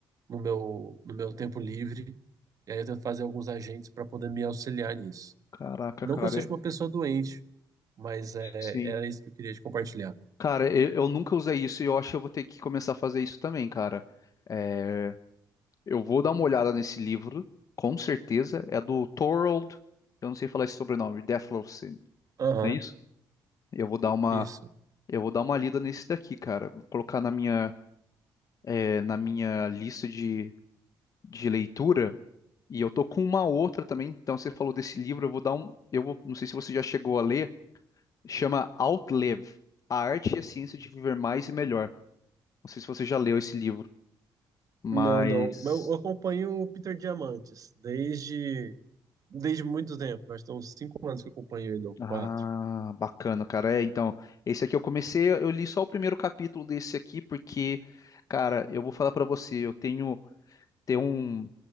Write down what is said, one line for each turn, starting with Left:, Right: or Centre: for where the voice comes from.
Right: no meu, no meu tempo livre. E aí eu tento fazer alguns agentes para poder me auxiliar nisso.
Left: caraca,
Right: Não
Left: cara,
Right: que eu seja
Left: é-
Right: uma pessoa doente, mas é,
Left: sim.
Right: era isso que eu queria te compartilhar.
Left: Cara, eu, eu nunca usei isso e eu acho que eu vou ter que começar a fazer isso também, cara. É, Eu vou dar uma olhada nesse livro, com certeza. É do Thorold, eu não sei falar esse sobrenome, Deathlowson,
Right: Aham,
Left: não é isso? Eu vou dar uma,
Right: isso.
Left: eu vou dar uma lida nesse daqui, cara. Vou colocar na minha, é, na minha lista de, de leitura. E eu tô com uma outra também. Então você falou desse livro, eu vou dar um, eu vou, não sei se você já chegou a ler. Chama Outlive, A Arte e a Ciência de Viver Mais e Melhor. Não sei se você já leu esse livro, mas
Right: Não, não. Mas Eu acompanho o Peter Diamantes desde Desde muito tempo, acho que tem uns 5 anos que eu acompanho ele, ou
Left: Ah,
Right: quatro.
Left: bacana, cara. É, então, esse aqui eu comecei, eu li só o primeiro capítulo desse aqui, porque, cara, eu vou falar pra você, eu tenho, tem um,